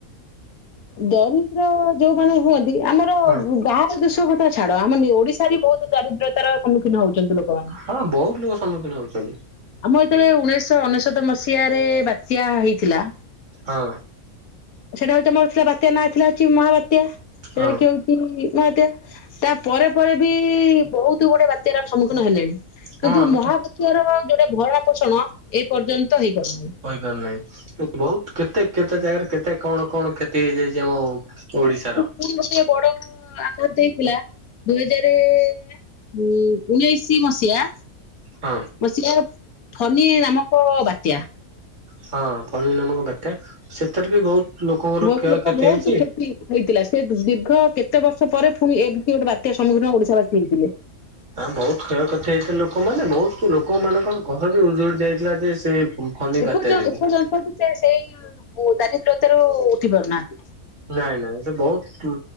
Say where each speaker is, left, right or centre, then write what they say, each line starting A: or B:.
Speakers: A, on the left; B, on the right.
A: ଦରିଦ୍ର ଯୋଉମାନେ ହୁଅନ୍ତି ଆମର
B: ହଁ
A: ବାହା ର ଦେଶ କଥା ଛାଡ ଆମ ଓଡିଶାରେ ବି ବହୁତ ଦାରିଦ୍ରତାର ସମ୍ମୁଖୀନ ହଉଛନ୍ତି ଲୋକମାନେ।
B: ହଁ ବହୁତ ଲୋକ ସମ୍ମୁଖୀନ ହଉଛନ୍ତି।
A: ଆମ ଯେତେବେଳେ ଉଣେଇଶଶହ ଅନେଶତ ମସିହାରେ ବାତ୍ୟା ହେଇଥିଲା।
B: ହଁ।
A: ସେଇଟା ହଉଛି ଆମର ଥିଲା ବାତ୍ୟା ନାଁ ଥିଲା ହଉଛି ମହାବାତ୍ୟା ସେଟା
B: ହଁ
A: କିଏ ହଉ ବାତ୍ୟା ତା ପରେ ପରେ ବି ବହୁତ ଗୁଡଏ ବାତ୍ୟାରେ ଆମେ ସମ୍ମୁଖୀନ ହେଲେଣି। କିନ୍ତୁ
B: ହଁ ଆମେ
A: ମହାବାତ୍ୟା
B: ତ
A: ର ଯୋଉଟା ଭରଣ ପୋଷଣ ଏ ପର୍ଯ୍ୟନ୍ତ ହେଇ ପାରୁନାହିଁ।
B: ହୋଇପାରିନାହିଁ ବହୁତ କେତେ କେତେ ଜାଗାରେ କେତେ କଣ କଣ କ୍ଷତି କ୍ଷତି ହେଇଯାଇଛି ଆମ ଓଡିଶାର।
A: ଫୁଣି ଗୋଟେ ବଡ ଆଘାତ ଦେଇଥିଲା ଦୁଇ ହଜାରେ ହଁ ଉଣେଇଶି ମସିହା
B: ହଁ
A: ମସିହା ଫନି ନାମକ ବାତ୍ୟା।
B: ହଁ ପନି ନାମକ ବାତ୍ୟା ସେଥିରେ ବି ବହୁତ ଲୋକଙ୍କର
A: ବହୁତ
B: କ୍ଷୟକ୍ଷତି
A: ଲୋକ ବହୁତ
B: ହେଇଛି।
A: କ୍ଷତି ହେଇଥିଲା ସେ ଦୀର୍ଘ କେତେ ବର୍ଷ ପରେ ପୁଣି ଏମିତି ଗୋଟେ ବାତ୍ୟା ସମ୍ମୁଖୀନ ଓଡିଶାବାସୀ ହେଇଥିଲେ।
B: ହଁ ବହୁତ କ୍ଷୟକ୍ଷତି ହେଇଥିଲା ଲୋକମାନେ ବହୁତ ଲୋକ ମାନଙ୍କର ଘର ବି ଉଜୁଡି ଯାଇଥିଲା ଯେ ସେ ଫନି
A: ଏପର୍
B: ବାତ୍ୟା ଯୋଗୁ
A: ଏପର୍ଯ୍ୟନ୍ତ ଅଛନ୍ତି ସେ ସେଇ ଦାରିଦ୍ର୍ୟତାରୁ ଉଠି ପାରୁନାହାନ୍ତି।
B: ନାଇଁ ନାଇଁ ସେ ବହୁତ